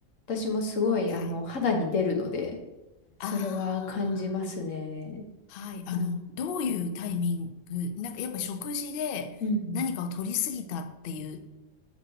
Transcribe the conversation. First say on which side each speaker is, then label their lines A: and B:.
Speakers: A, on the left; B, on the left.
A: 私もすごい、
B: はい。
A: あの、肌に出るので、それは感じますね。
B: ああ、はい。あの、
A: なん、
B: どういうタイミング、なんかやっぱ食事で何かを取りすぎたっていう
A: うんうん。